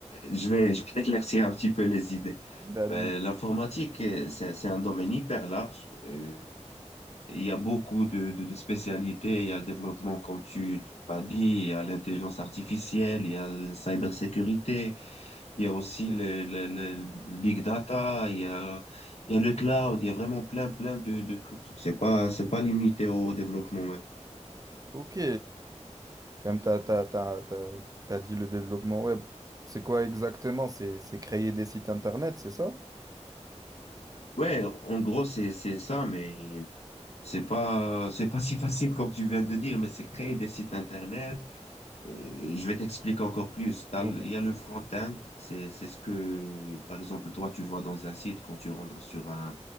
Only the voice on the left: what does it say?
je vais, je vais t'éclaircir un petit peu les idées.
Ben,
l'informatique, euh, c'est, c'est un domaine hyper large. Euh, il y a beaucoup de, de, de spécialités. Il y a le développement, comme tu as dit, il y a l'intelligence artificielle, il y a la cybersécurité, il y a aussi le, le, le, le big data, il y a, il y a le cloud, il y a vraiment plein, plein de, de trucs. C'est pas, c'est pas limité au développement web.
Ouais, en gros, c'est, c'est ça, mais c'est pas, c'est pas si facile comme tu viens de dire, mais c'est créer des sites internet. Euh, je vais t'expliquer encore plus. T'as
le- Il y a le front-end, c'est, c'est ce que, par exemple, toi, tu vois dans un site, quand tu rentres sur un,